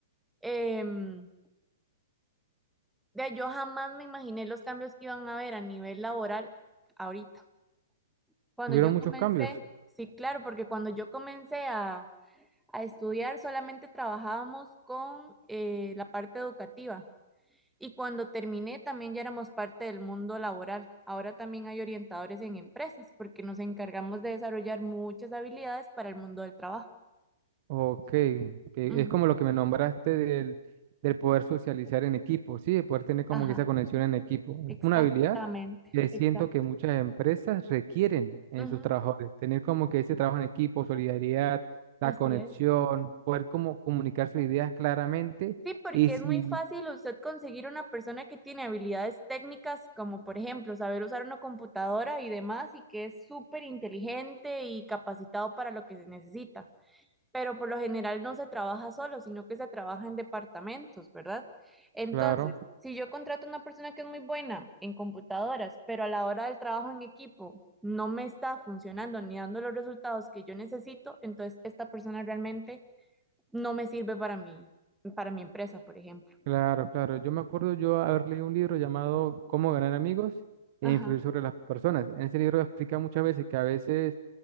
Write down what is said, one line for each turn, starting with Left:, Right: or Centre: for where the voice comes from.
Centre: em, de, yo jamás me imaginé los cambios que iban a haber a nivel laboral ahorita. Cuando
Right: Hubieron
Centre: yo
Right: muchos
Centre: comencé,
Right: cambios.
Centre: sí, claro, porque cuando yo comencé a a estudiar, solamente trabajábamos con eh, la parte educativa. Y cuando terminé, también ya éramos parte del mundo laboral. Ahora también hay orientadores en empresas, porque nos encargamos de desarrollar muchas habilidades para el mundo del trabajo.
Right: Ok, que
Centre: Ujú.
Right: es como lo que me nombraste del, del poder socializar en equipo, ¿sí? De poder tener como
Centre: Ajá,
Right: que esa conexión en equipo.
Centre: exactamente,
Right: Es una habilidad que
Centre: exacto.
Right: siento que muchas empresas requieren en
Centre: Ujú,
Right: sus trabajadores. Tener como que ese trabajo en equipo, solidaridad, la
Centre: Así
Right: conexión,
Centre: es.
Right: poder como comunicar sus ideas claramente.
Centre: Sí, porque
Right: Y si,
Centre: es muy fácil usted conseguir una persona que tiene habilidades técnicas, como por ejemplo saber usar una computadora y demás, y que es súper inteligente y capacitado para lo que se necesita. pero por lo general no se trabaja solo, sino que se trabaja en departamentos, ¿verdad? Entonces,
Right: claro.
Centre: si yo contrato a una persona que es muy buena en computadoras, pero a la hora del trabajo en equipo no me está funcionando ni dando los resultados que yo necesito, entonces esta persona realmente no me sirve para mí, para mi empresa, por ejemplo.
Right: Claro, claro. Yo me acuerdo yo haber leído un libro llamado Cómo ganar amigos e
Centre: Ajá,
Right: influir sobre las personas. En ese libro explica muchas veces que a veces